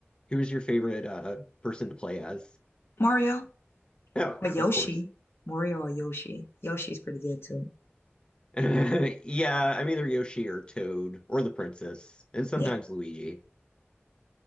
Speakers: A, on the left; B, on the left.
A: Who's your favorite uh, person to play as?
B: Mario,
A: Oh,
B: Or Yoshi,
A: of course.
B: Mario or Yoshi. Yoshi's pretty good too.
A: <laughs> Yeah, I'm either Yoshi or Toad or the princess, and sometimes
B: Yeah.
A: Luigi.